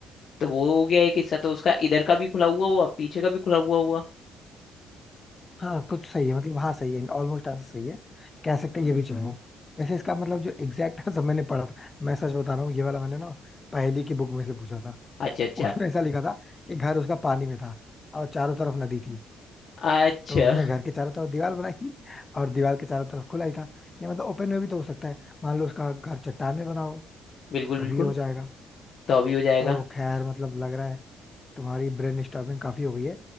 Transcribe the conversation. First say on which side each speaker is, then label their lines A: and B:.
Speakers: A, on the left; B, on the left.
A: तो वो हो गया एक हिस्सा तो उसका इधर का भी खुला हुआ हुआ पीछे का भी खुला हुआ हुआ
B: हाँ कुछ सही है मतलब हाँ सही है ऑलमोस्ट आंसर सही है कह सकते हैं ये भी चलेगा वैसे इसका मतलब जो एग्जैक्ट आंसर मैंने पढ़ा था मैं सच बता रहा हूँ ये वाला मैंने ना पहेली की बुक में से पूछा था
A: अच्छा अच्छा
B: उसमें ऐसा लिखा था कि घर उसका पानी में था और चारों तरफ नदी थी
A: अच्छा
B: तो उसने घर के चारों तरफ दीवार बनाई और दीवार के चारों तरफ खुला ही था ये मतलब ओपन में भी तो हो सकता है मान लो उसका घर चट्टान में बना हो
A: बिल्कुल
B: तो
A: बिल्कुल
B: भी हो जाएगा
A: तो अभी हो जाएगा
B: तो खैर मतलब लग रहा है तुम्हारी ब्रेन स्टॉर्मिंग काफी हो गई है